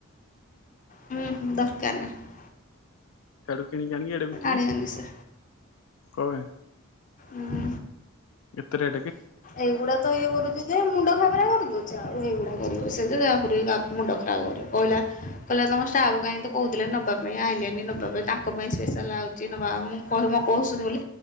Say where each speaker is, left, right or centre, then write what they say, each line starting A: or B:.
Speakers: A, on the left; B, on the left.
A: ହୁଁ ହୁଁ ଦରକାର ନାହିଁ।
B: ସାଡୁ କିଣିକି ଆଣିିକି ଆଡେ ବିକିବେ।
A: ଆଣିବନି ସେ।
B: କଁ ପେଇଁ?
A: ଉଁ,
B: ଏତେ ରେଟ୍
A: ଏଇଗୁଡା ତ ଇଏ କରୁ ଚି ଯେ ମୁଣ୍ଡ ଘାବରା କରିଦଉଚି ଆଉ, ଏଇଗୁଡା କରିବ ସେ ଯେ ଆହୁରି ମୁଣ୍ଡ ଖରାପ କରିବ, କହିଲା କହିଲା ତୋମ ଷ୍ଟାଫ କାହିଁକି ତ କହୁଥିଲେ ନବା ପାଇଁ ଆଇଲେନି ନବା ପାଇଁ ତାଙ୍କ ପାଇଁ ସ୍ପେଶାଲ୍ ଆଉଚି ନବା ମୁଁ କହି ମୁଁ କହୁ ତୁ ବୋଲି